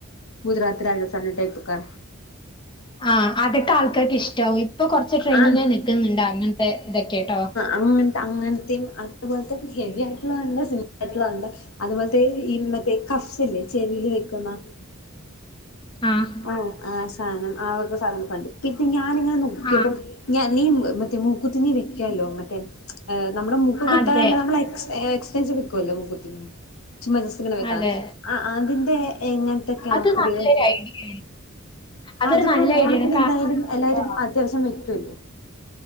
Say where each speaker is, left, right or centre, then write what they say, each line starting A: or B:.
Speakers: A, on the left (about 75°); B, on the left (about 20°).
A: ഗുജറാത്തി രാജസ്ഥാനി ടൈപ്പോക്കെ
B: ആഹ് അതൊക്കെ ആൾക്കാര്ക്ക് ഇഷ്ട്ടാവും ഇപ്പൊ കൊറച്ച് ട്രെയിനിങ്ങായി
A: ആഹ്
B: നിക്ക്ന്ന്ണ്ട് അങ്ങനത്തെ ഇതൊക്കെട്ടോ
A: അങ്ങനത്ത അങ്ങൻത്തിം അത്പോലെ തന്നെ ഹെവി ആയിട്ടുള്ളത്ണ്ട് സിംപിളായിട്ട്ള്ള ഉണ്ട് അതെപോല്ത്തെ ഈ മറ്റേ കഫ്സ് ല്ലേ ചെവീല് വെക്ക്ന്നാ
B: ആ
A: ആഹ് ആ സാനം ആവക സധനൊക്കെണ്ട് <unintelligible> ഞാനിങ്ങനെ നോക്കിയപ്പം
B: ആ
A: ഞാൻ നീ മറ്റേ മൂക്കുത്തി നീ വെക്കല്ലോ മറ്റേ ഏഹ് നമ്മടെ മൂക്ക് കുത്താതെലേ
B: അതെ
A: നമ്മള് എക്സ് ഏഹ് ഏക്സ്റ്റൻഷൻ വെക്കുവല്ലോ മൂകുത്തിങ്ങനെ ചുമ്മാ ചെസ്റ്റ്ങ്ങനെ വെക്ക്ണെ
B: അതെ
A: അയിന്റെ എങ്ങനത്തൊക്കെയാണ്
B: അത്
A: പുത്യേത്
B: നല്ലൊരു ഐഡിയയാണ് അതൊരു
A: അത്പ്പോ
B: നല്ല
A: ഓണത്തിന്
B: ഐഡിയയാണ് കാരണം
A: എന്തായാലും
B: എന്താന്നറിയോ?
A: എല്ലാവരും അത്യാവശ്യം വെക്കൊല്ലോ